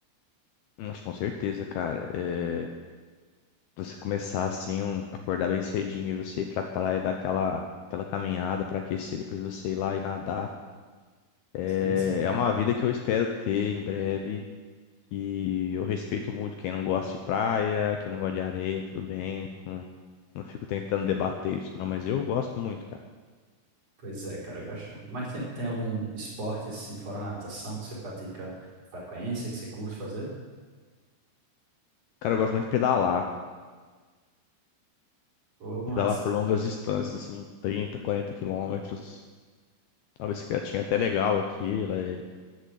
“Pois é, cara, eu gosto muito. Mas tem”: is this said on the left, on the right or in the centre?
Right